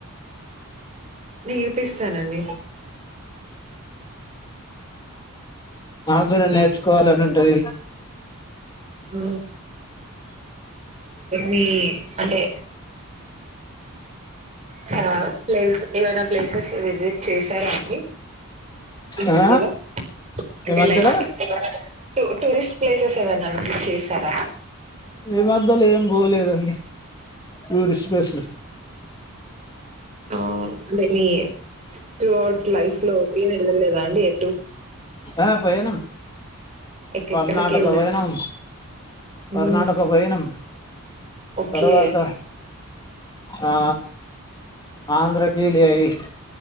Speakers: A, on the right; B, on the left.
A: నేర్పిస్తానండి
B: మాక్కూడా నేర్చుకోవాలని ఉంటది
A: ఆ మీ అంటే చా ప్లేస్ ఏవైనా ప్లేసెస్ విజిట్ చేశారా అండి ఈ
B: ఆ
A: మధ్యలో అంటే
B: ఈ మధ్యలో
A: లైక్ టూ టూరిస్ట్ ప్లేసెస్ ఏవైనా అండి చేసారా
B: ఈ మధ్యలో ఏం పోలేదండి టూరిస్ట్ ప్లేసులు
A: ఆ అంటే మీ త్రూ అవుట్ లైఫ్ లో ఏమి వెళ్ళలేదా అండి టూ
B: ఆ పోయినం
A: ఎక్కడికి
B: కర్ణాటక
A: వెళ్ళారు
B: పోయినం కర్ణాటక
A: మ్మ్.
B: పోయినం
A: ఓకే
B: తర్వాత ఆ ఆంధ్రకీ లేయాయి